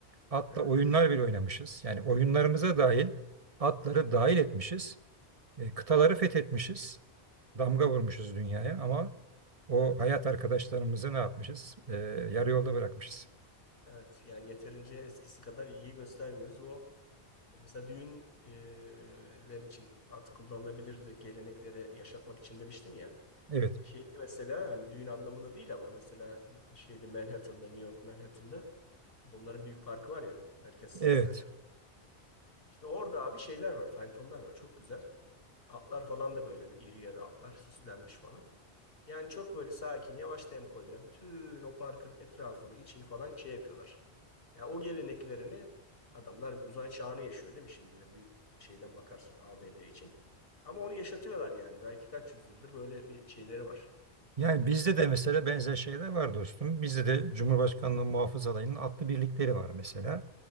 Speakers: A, on the right (about 35°); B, on the left (about 60°).
A: Atla
B: evet,
A: oyunlar bile oynamışız. Yani oyunlarımıza dahil atları dahil etmişiz. E, kıtaları fethetmişiz. Damga vurmuşuz dünyaya ama o
B: evet.
A: hayat arkadaşlarımızı ne yapmışız? E, yarı yolda bırakmışız.
B: Evet, yani yeterince eskisi kadar ilgi göstermiyoruz. O mesela düğünler için at kullanılabilirdi. Geleneklere yaşatmak için demiştim ya.
A: Evet,
B: Şeyde mesela hani düğün anlamında değil ama mesela şeyde Manhattan'da, New York Manhattan'da bunların büyük parkı var ya, Merkez
A: evet.
B: Center. Şimdi orada abi şeyler var, faytonlar var. Çok güzel. Atlar falan da böyle iri yarı atlar, süslenmiş falan. Yani çok böyle sakin, yavaş tempoyla bütün o parkın etrafını, içini falan şey yapıyorlar. Ya o geleneklerini adamlar uzay çağını yaşıyor değil mi şimdi? Bir şeyden bakarsın ABD için. Ama onu yaşatıyorlar yani. Belki kaç yüzyıldır böyle bir şeyleri var.
A: Yani
B: Ee,
A: bizde de mesela benzer şeyler var dostum. Bizde de Cumhurbaşkanlığı Muhafız Alayı'nın atlı birlikleri var mesela.